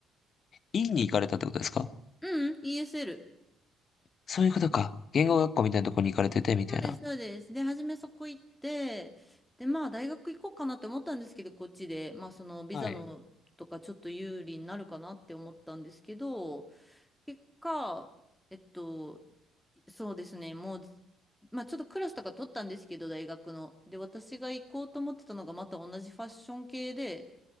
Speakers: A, on the left; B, in the centre.
A: 院に行かれたってことですか
B: うん、ESL。
A: そういうことか。言語学校みたいなところに行かれてて、みたいな。
B: そうです、そうです。で、初めそこ行って、で、まあ、大学行こうかなって思ったんですけど、こっちで、まあ、その、ビザのとか、
A: はい。
B: ちょっと有利になるかなって思ったんですけど、結果、えっと、そうですね。もう、まあちょっとクラスとか取ったんですけど、大学の。で、私が行こうと思ってたのがまた同じファッション系で、